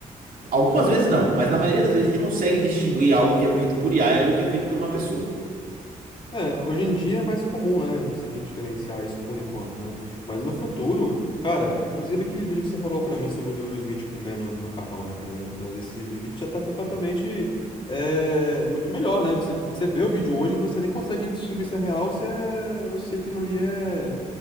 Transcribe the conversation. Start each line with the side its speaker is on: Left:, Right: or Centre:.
Right: algumas vezes não, mas na maioria das vezes a gente consegue distinguir algo que é feito por IA e algo que é feito por uma pessoa.
Left: É, hoje em dia é mais comum, né, eu conseguir diferenciar isso por enquanto, né? Mas no futuro, cara, inclusive aquele vídeo que você falou pra mim sobre o do Will Smith comendo macarrão, né, por exemplo, esse vídeo já tá completamente é, muito melhor, né? Você, você vê o vídeo hoje, você nem consegue distinguir se é real, se é, ou se aquilo ali é,